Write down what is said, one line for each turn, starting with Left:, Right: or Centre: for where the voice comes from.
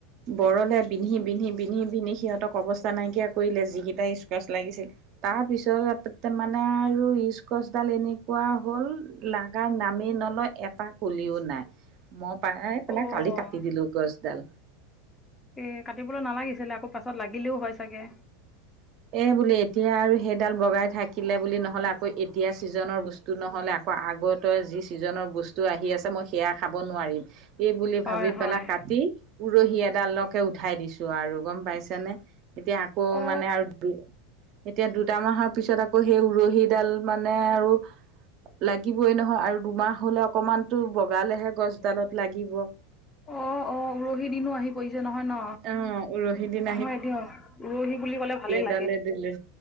Right: বৰলে বিন্ধি বিন্ধি বিন্ধি বিন্ধি সিহঁতক অৱস্থা নাইকিয়া কৰিলে যিকেইটা স্কচ লাগিছিল। তাৰপিছতে মানে আৰু ইস্কছডাল এনেকুৱা হ'ল লাগাৰ নামেই নলয় এপাহ কলিও নাই। মই পাই পেলাই
Left: অ'
Right: কালি কাটি দিলো গছডাল।
Left: এ কাটিবলৈ নালাগিছিলে আকৌ পাছত লাগিলেও হয় চাগে!
Right: এ বুলি এতিয়া আৰু সেইডাল বগাই থাকিলে বুলি নহলে আকৌ এতিয়া চিজনৰ বস্তু টো নহ'লে আকৌ আগৰ তই যি ছিজনৰ বস্তু আহি আছে মই সেয়া খাব নোৱাৰিম। এই বুলি
Left: হয়
Right: ভাবি
Left: হয়
Right: পেলাই কাটি, উৰহি এডালকে উঠাই দিছো আৰু। গম পাইছেনে? এতিয়া আকৌ
Left: অ
Right: মানে আৰু দু এতিয়া দুটা মাহৰ পিছত আকৌ সেই উৰহিত দাল মানে আৰু লাগিবই নহয় আৰু দুমাহ হলে অকমানতো বগালেহে গছডালত লাগিব।
Left: অ', অ'। অঁ উৰহি দিনো আহি পৰিছে নহয় ন?
Right: অ উৰহি দিন
Left: হয় দিয়ক উৰহি বুলি কলে ভালে ল
Right: দালিত দিলে